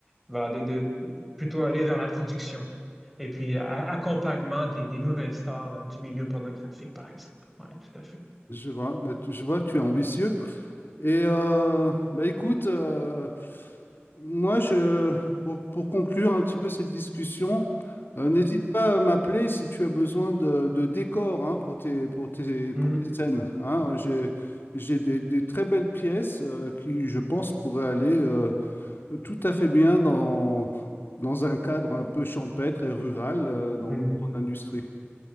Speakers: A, in the centre; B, on the left.
A: ben, de, de plutôt aller vers la production. Et puis, a- accompagnement des, des nouvelles stars euh, du milieu pornographique, par exemple. Oui, tout à fait.
B: Je vois, bah, tu- je vois que tu es ambitieux. Et euh, bah, écoute, euh, Moi, je, pour, pour conclure un petit peu cette discussion, euh, n'hésite pas à m'appeler si tu as besoin de, de décors hein, pour tes, pour tes,
A: Mhm.
B: pour tes scènes. hein. J'ai, j'ai des, des très belles pièces euh, qui, je pense, pourraient aller euh, tout à fait bien dans, dans un cadre un peu champêtre et rural euh, dans
A: Mhm.
B: dans ton industrie.